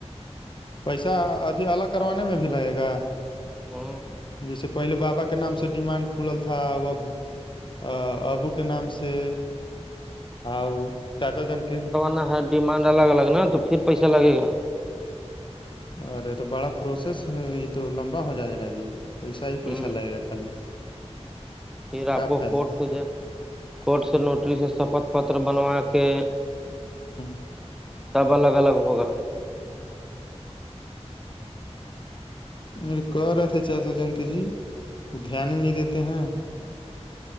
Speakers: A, on the left; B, in the centre.
A: پیسہ اھی الگ کروانے میں بھی لگے گا
B: ہوں
A: جیسے پہلے بابا کے نام سے ڈیمانڈ کھلل تھا ا اب ا ابو کے نام سے آ چاچا جنکن
B: نا ہے <unintelligible> ڈیمانڈ الگ الگ نا تو پھر پیسہ لگے گا
A: ارے تو بڑا پروسیس یہ تو لمبا ہو جائے گا جی پیسا ہی پیسا
B: ہوں
A: لگے گا خالی <unintelligible>
B: پھر
A: کیا
B: آپ کو
A: فائدہ
B: کورٹ
A: ہو
B: سے کورٹ سے نوٹریس شپت پتر بنوا کے
A: ہوں <unintelligible>
B: سب الگ الگ ہوگا
A: مے کہ رہے تھے چاچا جن کے جی وہ دھیان ہی نہیں دیتے ہیں